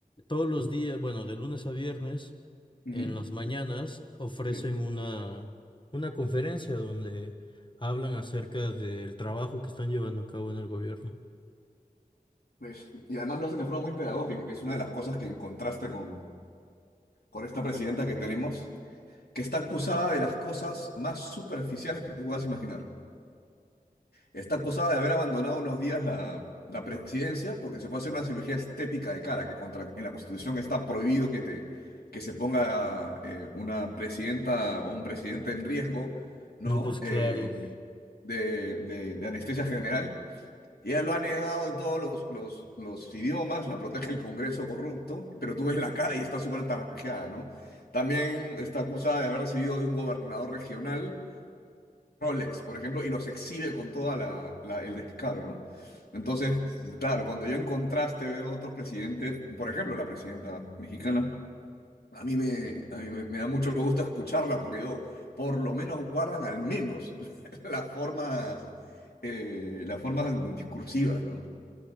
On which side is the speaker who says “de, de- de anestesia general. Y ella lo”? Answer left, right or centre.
Left